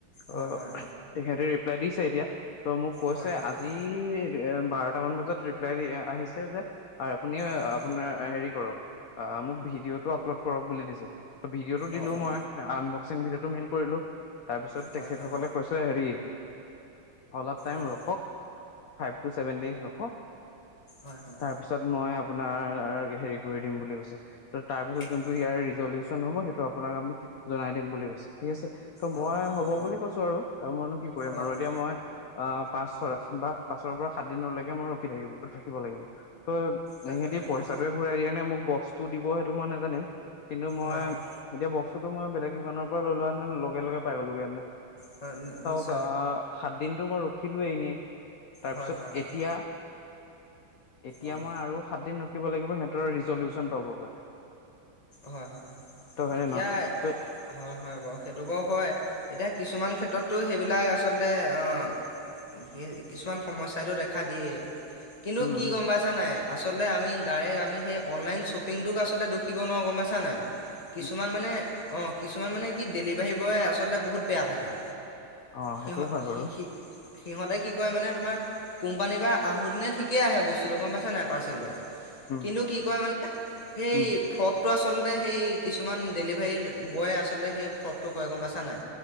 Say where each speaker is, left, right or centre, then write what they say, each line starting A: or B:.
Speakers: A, on the left; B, on the left.
A: হয়
B: অহ
A: হয়
B: ', তেখেতে লেডিছ এৰিয়া। ত মোক কৈছে
A: হয় হয় হয়
B: আজি। বাৰট মান বজাত ৰিপ্লাই দি আহিছে যে। আৰু আপুনি
A: হয়
B: আপোনাৰ হেৰি কৰক? অহ ', মোক ভিডিঅ'টো আপলোড কৰক বুলি দিছে। ভিডিঅ'তটো দিলো
A: অঁ অঁ
B: মই আন। চিডটো মেইল কৰিলো। তাৰ পিছত
A: হয়
B: তেখেতসকলে
A: হয়
B: কৈছ হেৰি। অলপ টাইম
A: অঁ
B: ৰখক ফাইভ টো চভেন ডেজ ৰখক।
A: অঁ হয় হয়
B: তাৰপিছত মই। আপোনাৰ হেৰি কৰি দিম বুলি কৈছো। ত', তাৰপিছত যোনটো
A: অঁ
B: ইয়াৰ ৰিজলিউচন হব সেইটো আপোনাক আমি জনাই দিম বুলি কৈছে। ঠিক আছে ত'
A: অঁ
B: মই হ'ব
A: অঁ অঁ
B: বুলি কৈছো আৰু তাৰ মইনো কি আৰু
A: অঁ
B: এতিয়া
A: অঁ
B: মই আহ', পাঁচ বা পাচৰ পৰা সাত দিনলৈকে মই ৰখি থাকিব ৰাখিব লাগিব। ত'
A: তাকে
B: ইহতি
A: তাকে
B: পইচাটোোৱে ঘূৰাই দিয়া নে মোক ব বস্তু দিব সেইটো মই নেজানিম। কিন্তু মই
A: হয় হয়
B: এতিয়া ব। বস্তোটো মই বেলেগ দোকানৰ পৰা লৈ লোৱা আনিলোঁ লগে- লগে পাই গলো কাৰণে।
A: হয়, নি-নিশ্চয়।
B: অহ', সাত দিনতটো মই ৰ খেলুৱে এনে। তাৰপিছত
A: হয় হয়
B: এতিয়া।
A: হয়
B: এতিয়া
A: অঁ
B: মই আৰু সাত দিন ৰখিব লাগিব। সিহঁতৰ ৰিজল্যোচন পাবৰ কাৰণে।
A: হয়-হয়,
B: তই হয়নে
A: এতিয়া
B: নহয় তই
A: হয়-হয় বাৰু, সেইটো বাৰু হয়। এতিয়া কিছুমান ক্ষেত্ৰতো সেইবিলাক আচলতে, অহ', কি-কিছুমান সমস্যাইটো দেখা দিয়ে। কিন্তু
B: উম
A: কি
B: উম
A: গম পাইছা নাই, আচলতে আমি ডাইৰেক্ট আমি সেই অনলাইন শ্বপিংটোক আচলতে দুখী নোৱাৰো গম পাইছা নাই। কিছুমান
B: উম উম
A: মানে অ', কিছুমান মানে কি ডেলিভাৰী বয় আচলতে বহুত বেয়া থাকে।
B: অ',
A: সিহঁত
B: সেইটোও হয় বাৰু।
A: সি সি সিহঁতে কি কৰে মানে তোমাৰ, কোম্পানীৰ পৰা আহোঁতেনে ঠিকেই আহে বস্তুটো গম পাইছা নাই পাৰ্চেলটো।
B: উম
A: কিন্তু কি কৰে মানে, সেই
B: উম
A: টো আচলতে সেই কিছুমান ডেলিভাৰী বয়ে আচলতে সেই ফ্ৰডটো কৰে গম পাইছা নাই।